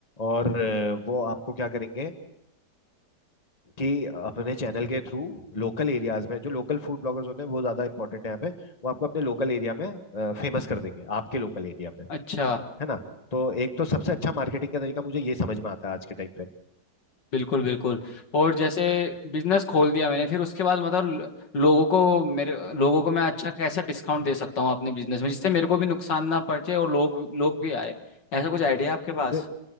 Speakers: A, on the left; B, on the left.
A: और अ, वो आपको क्या करेंगे कि अपने चैनल के थ्रू लोकल एरियाज में जो लोकल फूड ब्लॉगर्स होते हैं वो ज्यादा इंपॉर्टेंट है यहाँ पे वो आपको अपने लोकल एरिया में फेमस कर देंगे आपके लोकल एरिया में
B: अच्छा
A: है ना तो एक तो सबसे अच्छा मार्केटिंग का तरीका मुझे ये समझ में आता है आज के टाइम
B: बिल्कुल बिल्कुल और जैसे बिजनेस खोल दिया मैंने फिर उसके बाद मतलब ल- लोगों को मेरे लोगों को मैं अच्छा कैसा डिस्काउंट दे सकता हूँ अपने बिजनेस में जिससे मेरे को भी नुकसान ना पहुंचे और लोग लोग भी आए ऐसा कुछ आइडिया आपके पास
A: पे